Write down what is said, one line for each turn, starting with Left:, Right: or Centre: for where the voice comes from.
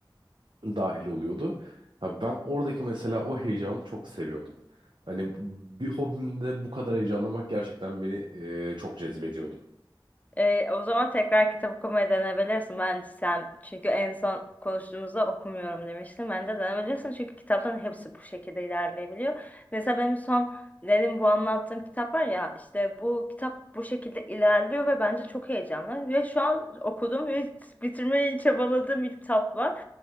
Right: dahil oluyordu. Ya ben oradaki mesela o heyecanı çok seviyordum. Hani bir hobimde bu kadar heyecanlamak gerçekten beni e, çok cezbediyordu.
Left: Ee, o zaman tekrar kitap okumaya denebilirsin bence sen. Çünkü en son konuştuğumuzda okumuyorum demiştin. Bence denebilirsin çünkü kitapların hepsi bu şekilde ilerleyebiliyor. Mesela benim son dedim bu anlattığım kitap var ya işte bu kitap bu şekilde ilerliyor ve bence çok heyecanlı. Ve şu an okudum ve <laughs> bitirmeyi çabaladığım bir kitap var.